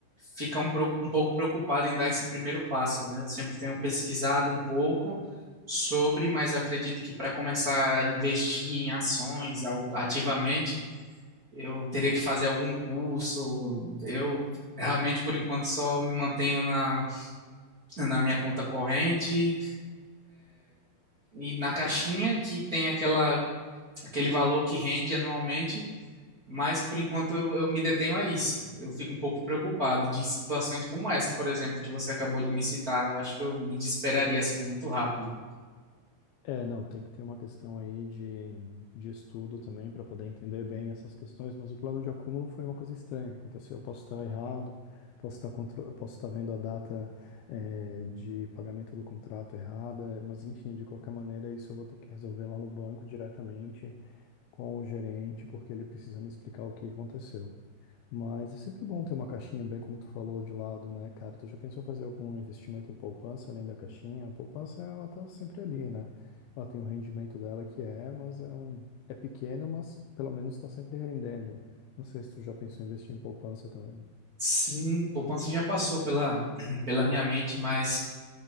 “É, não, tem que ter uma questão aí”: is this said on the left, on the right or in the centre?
Left